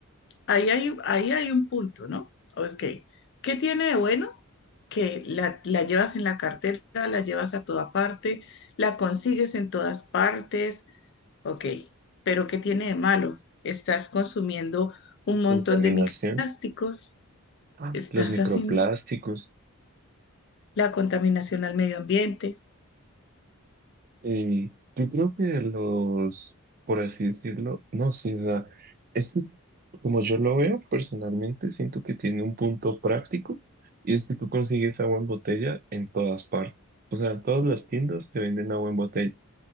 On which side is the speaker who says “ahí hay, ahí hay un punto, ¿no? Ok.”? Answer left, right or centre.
Left